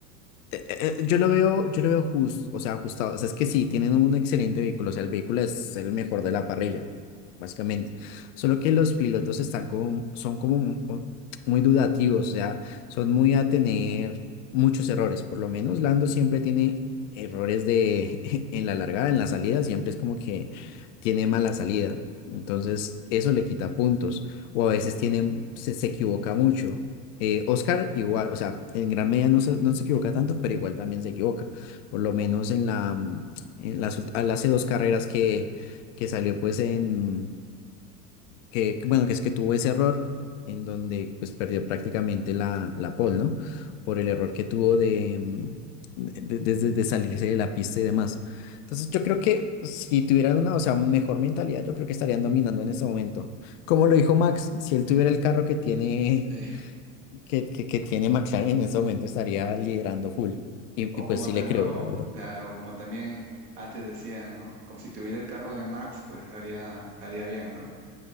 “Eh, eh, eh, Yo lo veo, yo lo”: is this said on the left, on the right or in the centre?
Left